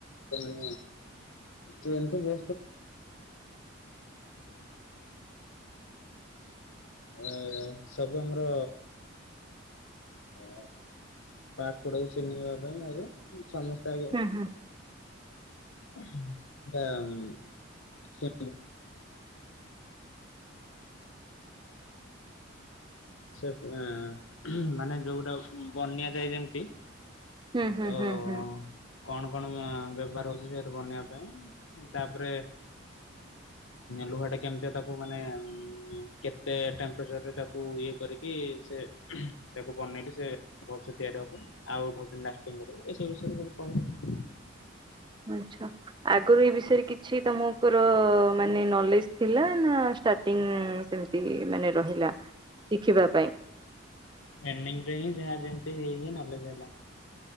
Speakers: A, on the left (about 80°); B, on the right (about 25°).
A: <inaudible>
B: <inaudible>
A: ଟ୍ରେନ ରୁ <unintelligible> <unintelligible> ସବୁ ଆମର ଓ ପାର୍ଟ ଗୁଡାକୁ ଚିହ୍ନେଇବା ପାଇଁ ଆଗେ ସମସ୍ତେ
B: ହୁଁ ହୁଁ
A: <unintelligible> <unintelligible> ସେ <unintelligible> ମାନେ <unintelligible> ଯାଏ ଯେମତି <unintelligible>
B: ହୁଁ ହୁଁ ହୁଁ ହୁଁ
A: କଣ କଣ ବ୍ୟବହାର ହଉଛି ସେଠ ବନେଇବା ପାଇଁ, ତାପରେ ଲୁହା ଟା କେମିତି ତାକୁ ମାନେ କେତେ ଟମ୍ପଚରରେ ତାକୁ ଇ କରିକି ସେ ବନେଇଲି ସେ ଭଲସେ ତିଆରି ହବ ଆଉ ବହୁତ ଦିନ ଲାଷ୍ଟିଙ୍ଗ କରିବ ଏସବୁ ବିଷୟରେ କହିଲେ।
B: ଆଛା। ଆଗରୁ ଏ ବିଷୟରେ କିଛି ତମଙ୍କର ମାନେ ନଲେଜ ଥିଲା, ନା ଷ୍ଟାର୍ଟିଙ୍ଗ ସେମିତି ମାନେ ରହିଲା ଶିଖିବା ପାଇଁ?
A: ଟ୍ରେନିଂରେ ହୀଂ ଯାହା ଯେମିତି ହେଇ ହେଇ ନାଲେଜ୍ ହେଲା।